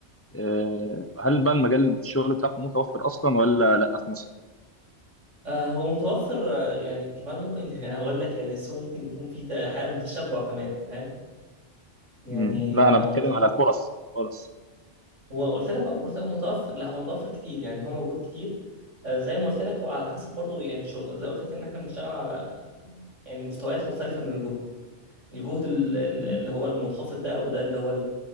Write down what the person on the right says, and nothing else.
آه هو متوفر آه، يعني كمان ممكن <laughs> هقول لك يعني السوق ممكن يكون فيه ت- حالة من التشبع كمان فاهم يعني
هو مت...
هو قلت لك هو- قلت لك متوفر لا هو متوفر كتير يعني هو موجود كتير آه، زي ما قلت لك هو على حسب برضه يعني الشغل زي ما قلت لك ان احنا بنشتغل على يعني مستويات مختلفة من الجهد الجهد ال- ال-
اللي هو المنخفض ده وده اللي هو